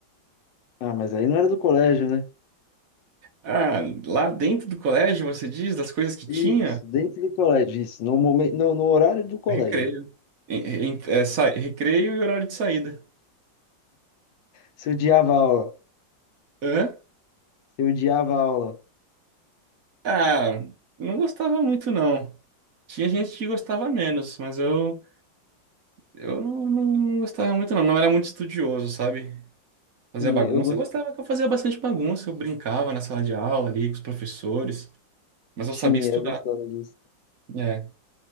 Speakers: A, on the left; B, on the right.
A: Ah, mas aí não era do colégio, né?
B: Ah, lá dentro do colégio, você diz, das coisas que tinha?
A: Isso, dentro do colégio, isso, no momento, no, no horário do colégio.
B: Recreio. Em- em- é, sa- recreio e horário de saída.
A: Você odiava a aula,
B: Hã?
A: você odiava a aula.
B: Ah, não gostava muito, não. Tinha gente que gostava menos, mas eu, eu não, não não gostava muito, não. Não era muito estudioso, sabe? Fazia
A: Sim,
B: bagunça.
A: eu gost...
B: Eu gostava que eu fazia bastante bagunça. Eu brincava na sala de aula ali com os professores, mas eu
A: Sim,
B: sabia estudar.
A: eu gostava disso.
B: É.